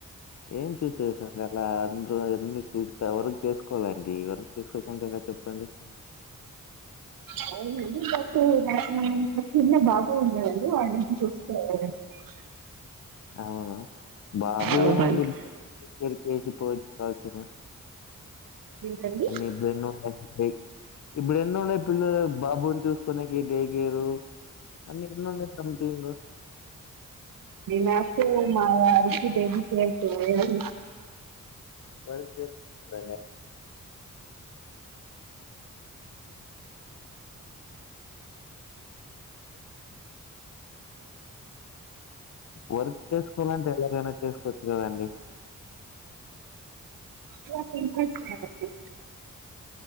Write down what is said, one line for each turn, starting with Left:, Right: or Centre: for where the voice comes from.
Left: ఏం చూసి చేశారు అలా అందరూ ఎన్ని చూసిక వర్క్ చేసుకోవాలండి, వర్క్ చేసుకోకుంటే ఎలా చెప్పండి.
Right: అవునండి బట్ నాకు ఇంకా చిన్న బాబు ఉన్నాడండి, వాన్ని చూసుకోవాలండి నేను
Left: అవునా బాబు
Right: అవునండి
Left: ఏమండి బాబు <inaudible> <unintelligible>
Right: ఏంటండి
Left: అన్ని ఇప్పుడు ఎన్నో <unintelligible> ఇప్పుడు ఎన్ని ఉన్న పిల్లలేం బాబును చూసుకునేకి డే గిరు అన్ని ఉన్నా సంమ్థింగ్
Right: మాకు మా వారికి <unintelligible>
Left: వర్క్ చేస్ నన్నే వర్క్ చేసుకోవాలంటే ఎలాగైనా చేసుకోవచ్చు కదండి
Right: నాకు ఇంట్రెస్ట్ లేదండి.